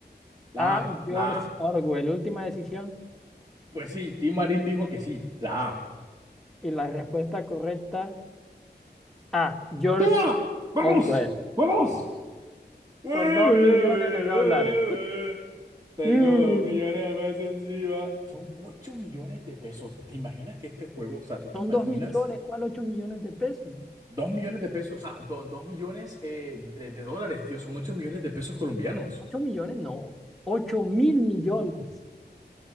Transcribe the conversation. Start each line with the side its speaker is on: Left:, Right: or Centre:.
Right: la
Centre: A.
Right: A,
Centre: George
Right: la A.
Centre: Orwell. Última decisión.
Right: Pues sí, Tim Marín dijo que sí, la A.
Centre: Y la respuesta correcta, A. George
Right: ¡Toma! ¡Vamos!
Centre: Orwell.
Right: ¡Vamos! Ue,
Centre: por dos
Right: ue,
Centre: millones
Right: ue,
Centre: de dólares.
Right: ue, ue. Tengo
Centre: Mm,
Right: dos millones de pesos encima. Son ocho millones de pesos. ¿Te imaginas que este juego, o sea, tú te
Centre: Son
Right: imaginas
Centre: dos millones, ¿cuál ocho millones de pesos?
Right: dos millones de pesos, o sea, do- dos millones eh, de, de dólares, tío, son ocho millones de pesos colombianos.
Centre: ¿Ocho millones? No, ocho mil millones.